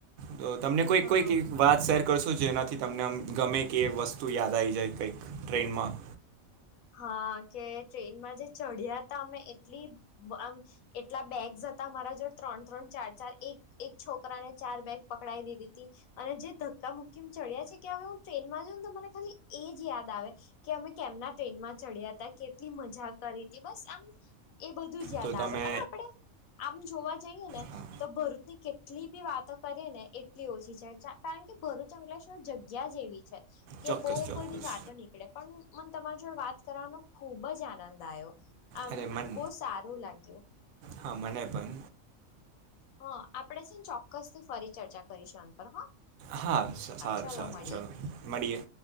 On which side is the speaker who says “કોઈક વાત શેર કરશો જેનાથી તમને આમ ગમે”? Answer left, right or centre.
Right